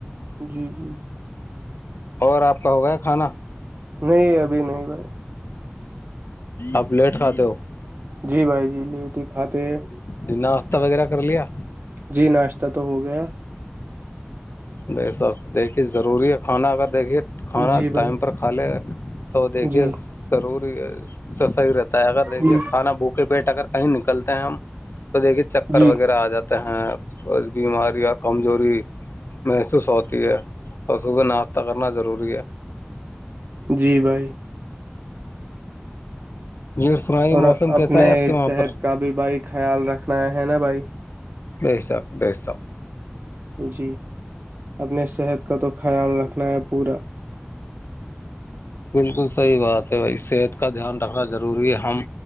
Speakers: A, on the right; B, on the left.
A: جی جی
B: اور آپ کا ہوگیا کھانا
A: نہیں ابھی نہیں بھائی
B: آپ لیٹ کھاات ہو <unintelligible>
A: جی بھائی جی لیٹ کھاتے ہیں
B: ڈہاشتہ وغیرہ کر لیا
A: جی ناشتہ تو ہو گیا
B: نہیںھائی صاب دیکھیے ضروری ہے کھانا اگر دیکھیے تو کھانا
A: جی بھائی
B: ٹائم پر کھا لے تو دیکھیے
A: جی
B: ضروری ہے تو صحیح رہتا ہے اگر دیکھیے
A: جی
B: کھانا بھوکے پیٹ اگر کہیں نکلتے ہیں ہم تو دیکھیے چکر
A: جی
B: وغیرہ آ جاتے ہیں بیماریاں کمزوری محسوس ہوتی ہے پشوں کو ناشتہ کرنا ضروری ہے
A: جی بھائی
B: یہ سنائیے
A: اور
B: موسم کیسا
A: اپنے
B: ہے آپ کے وہاں
A: صحت
B: پر
A: کا بھی بھائی خیال رکھنا ہے نا بھائی
B: بی ساکک بی ساک <unintelligible>
A: جی اپنے صحت کا تو خیال رکھنا ہے پورا
B: بالکل صحیح بات ہے بھائی صحت کا دھیان رکھنا ضروری ہے ہم